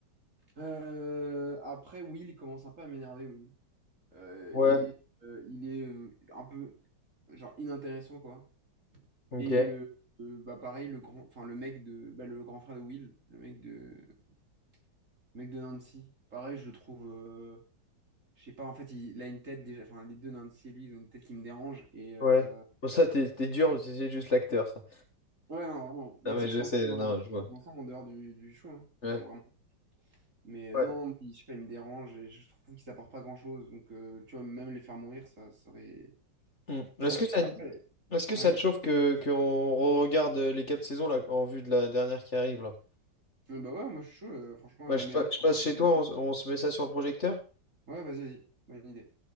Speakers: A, on the right; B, on the left.
A: Euh, après, Will il commence un peu à m'énerver, Will. Euh,
B: Ouais,
A: il est, euh, il est euh, un peu genre inintéressant quoi.
B: ok,
A: Et le, euh, bah pareil, le grand, enfin le mec de, bah, le grand frère de Will, le mec de, le mec de Nancy. Pareil, je le trouve, euh, je sais pas, en fait, il, il a une tête déjà, enfin les deux Nancy et lui, ils ont une tête qui me dérange. Et euh,
B: ouais. Bon, ça, t'es t'es dur, c'est c'est juste l'acteur, ça.
A: ouais, non, vraiment. Mais
B: Non,
A: tu
B: mais
A: sais qu'ils
B: je
A: sont
B: sais,
A: ensemble,
B: non,
A: dans la-
B: je vois.
A: ils sont ensemble en dehors du, du show. hein.
B: Ouais.
A: Ils sont vraiment Mais
B: Ouais.
A: euh, non, il- je sais pas, il me dérange et je trouve qu'ils apportent pas grand-chose. Donc, euh, tu vois, même les faire mourir, ça serait...
B: Hmm.
A: C'est-
B: Est-ce que
A: tu-
B: ça,
A: Après,
B: est-ce que
A: ouais.
B: ça te chauffe que qu'on regarde les quatre saisons là en vue de la dernière qui arrive là?
A: Euh, bah ouais, moi je suis chaud, euh, franchement,
B: Bah,
A: à la
B: je,
A: maison.
B: pa-
A: c'est
B: je passe
A: un peu plus
B: chez
A: clair.
B: toi, on, s- on se met ça sur le projecteur?
A: Ouais, vas-y, vas-y, bonne idée.